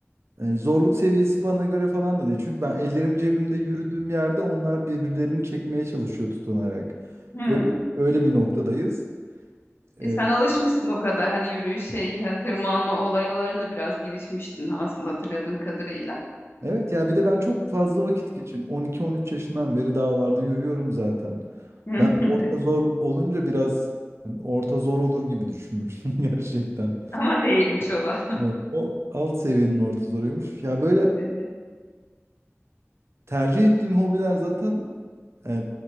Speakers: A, on the right; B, on the left.
A: E, zorluk seviyesi bana göre falan da değil. Çünkü ben ellerim cebimde yürüdüğüm yerde onlar birbirlerini çekmeye çalışıyor tutunarak.
B: Hmm.
A: Öyle, öyle bir noktadayız.
B: E
A: E,
B: sen alışmışsın o kadar hani yürüyüş şey hani tırmanma olaylarında biraz girişmiştin aslında hatırladığım kadarıyla.
A: evet ya bir de ben çok fazla vakit geçirdim. 12-13 yaşından beri dağlarda yürüyorum zaten.
B: Hı.
A: Ben orta zor olunca biraz hani orta zor olur gibi düşünmüştüm <laughs> gerçekten.
B: Ama değilmiş o da.
A: O, o alt seviyenin orta zoruymuş. Ya böyle
B: Evet.
A: tercih ettiğim hobiler zaten e,